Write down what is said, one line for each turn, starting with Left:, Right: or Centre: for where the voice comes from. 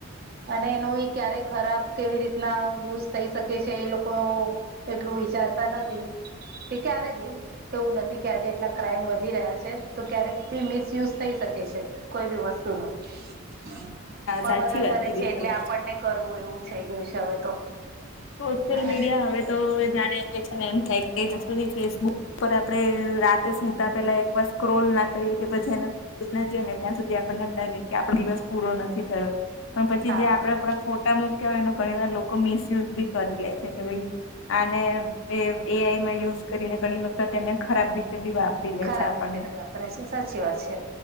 Right: અને એનો ક્યારે ખરાબ કેવી રીતના યુઝ થઈ શક કે છે એ લોકો એટલું વિચારતા નથી એ ક્યારે ભી એવું નથી કે આજે એટલા ક્રાઈઇમ વધી રહ્યા છે તો ક્યારેક બી મિસયુઝ થઈ શકે છે. કોઈ બી વસ્તુ નો હા પણ
Left: સાચી
Right: બધા
Left: વાત
Right: કરે
Left: કીધી
Right: છે એટલે
Left: તમે.
Right: આપણને કરવું એવું થઈ ગયું છે હવે તો.
Left: સોશિયલ
Right: હેને
Left: મીડિયા હવે તો જાણે એલે છેને એમ થાય કે સુધી ફેસબુક પર આપડે રાતે સુતા પેલા એકવાર સ્ક્રોલ ના કરીએ કે પછી એને ઈને ત્યાં સુધી આપણને એમ લાગે કે આપડો દિવસ પૂરો નથી થયો. પણ પછી
Right: હા
Left: જે આપડે પણ ફોટા મૂક્યા હોય એનો ઘણીવાર લોકો મિસયુઝ બી કરી લે છે કે ભાઈ આને એ આ ઈ માં યુઝ કરીને ઘણી વખત એને ખરાબ રીત તે બી વાપરી લે
Right: ખરાબ
Left: છે આપણને.
Right: રીતે બી વાપરે છે સાચી વાત છે.